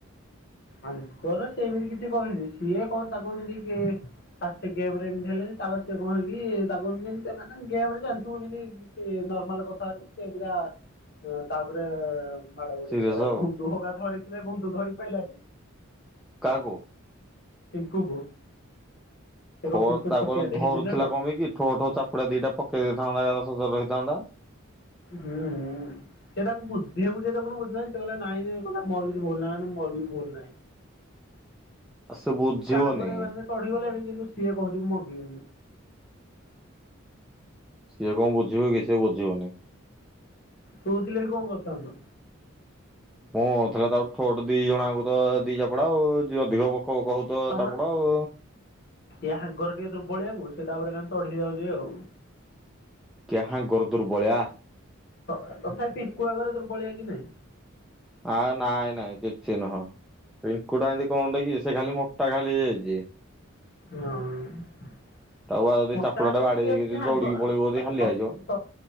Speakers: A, on the left; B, in the centre.
A: ଆଙ୍କର ସେ ଏମିତି କିଛି କହିନି ସିଏ କଣ ତାକୁ ଏମିତି କି ଫାଷ୍ଟଗେମରେ ଏମିତି ହେଲେ ତାପରେ ସେ କଣ ହେକି ତାକୁ ମାନେ ଗେମରେ ଜାଣିଥିବୁ ଏମିତି। ସିଏ ନର୍ମାଲ କଥା ହେଉଛି ସେ ପୁରା ତାପରେ ମାଡ ଗୋଡି
B: ସିରିୟସ
A: ହେଇଗଲା
B: ଆଉ।
A: ବୁଟୁ ହଗା ଧରିଥିଲେ ବୁଟୁ ଧରି ପାଇଲାନି।
B: କାହାକୁ?
A: ପିଙ୍କୁକୁ ସେ
B: ଠୋ
A: କଣ ପିଙ୍କୁ
B: ତାକୁ
A: ଛୋଟିଆଟେ
B: ଧରୁଥିଲା
A: ହେଇଛି ନା
B: କଣ ଯେଇଁକି ଠୋ ଠୋ ଚାପୁଡା ଦିଟା ପକେଇ ଦେଇଥାନ୍ତା ସ ଜର ହେଇଥାନ୍ତା।
A: ହୁଁ ଉଁ। ସେଟାକୁ ବୁଝେଇ ବୁଝେଇ ତାକୁୁ ବୁଝିଲାନି ସେ କହିଲା ନାଇଁ ନାଇଁ <inaudible> ବୋଲି।
B: ସେ ବୁଝିବନି।
A: ଉପରେ ମାନେ ଚଢିଗଲେଣି କିନ୍ତୁ ସିଏ କହୁଛିି ମୁଁ ମଙ୍ଗିବିନି।
B: ସିଏ କଣ ବୁଝିବ କି ସିଏ ବୁଝିବନି।
A: ତୁ ଥିଲେ ଏଠି କଣ କରିଥାନ୍ତୁ?
B: ମୁଁ ଥିଲା ତ ଠୋ ଠୋ ଦି ଜଣଙ୍କୁ ତ ଦି ଚାପଡା ଆଉ ଯେ ଅଧିକ ବକବକ ହୋଉ ତ
A: ସମ
B: ଚାପୁଡା ଆଉ
A: ୟା ହଙ୍ଗର ଟିକେ ଦୁରବଳିଆକୁୁ ସେ ତାପରେ କା ଚଢି ଯାଉଛି ଆଉ
B: କାହାଙ୍ଗର ଦୁରବଳିଆ।
A: ତଥାପି ପିଙ୍କୁ ଆଗରେ ଦୁର୍ବଳିଆ କି ନାହିଁ?
B: ଆ ନାଇଁ ନାଇଁ କିଛି ନୁହଁ ପିଙ୍କୁଟା ଏମିତି କଣ କିି ସେ ଖାଲି ମୋଟା ଖାଲି ହେଇଯାଇଛି।
A: ହଁ।
B: ତାକୁ ଆଉ
A: ମୋଟା
B: ଚାପଡ଼ା
A: ହେଲେ
B: ଟା ବାଡେଇ
A: ବି ସିଏ
B: ଦେଇକି
A: କିଛି
B: ଯ
A: ହାଙ୍ଗ
B: ଦୌଡିକି ପଳେଇବ
A: ତ
B: ହାଲିଆ ହେଇଯିବ
A: ତ